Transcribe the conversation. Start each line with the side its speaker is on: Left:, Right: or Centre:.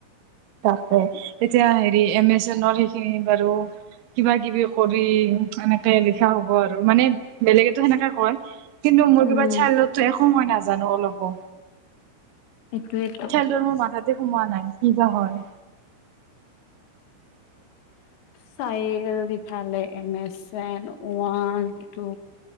Right: তাৰতে এতিয়া হেৰি এম এজনৰ সেইখিনি বাৰু কিবা কিবি কৰি এনেকে লিখা হ'ব আৰু মানে বেলেগেতো সেনেকে কয় কিন্তু মোৰ
Left: উম
Right: কিবা চাই সোতো সময় নাজানো অলপো
Left: সেইটোয়েতো
Right: খেলটোৰ মোৰ মাথাতে সোমোৱা নাই কি বা হয়
Left: চাইেল দিফালে এমাজ ওৱান টু